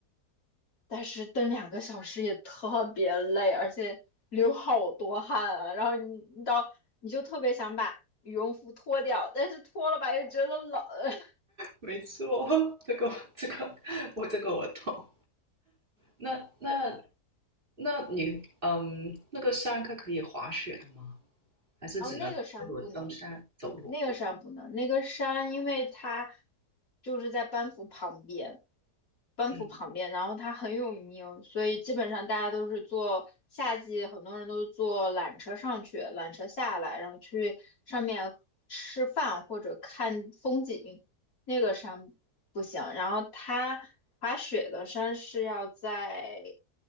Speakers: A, on the left (about 55°); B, on the right (about 30°).
A: 但是登两个小时也特别累，而且流好多汗啊。然后你你到你就特别想把羽绒服脱掉，但是脱了吧又觉得冷。<laughs>
B: 没错，<laughs> 这个这个我这个我懂。那那
A: 对，
B: 那你嗯，那个山它可以滑雪的吗？还是只能只登山走路？
A: 然后那个山不能。那个山不能，那个山因为它就是在班夫旁边，班夫旁边，
B: 嗯。
A: 然后它很有名，所以基本上大家都是坐夏季，很多人都是坐缆车上去，缆车下来，然后去上面吃饭或者看风景。那个山不行，然后它滑雪的山是要在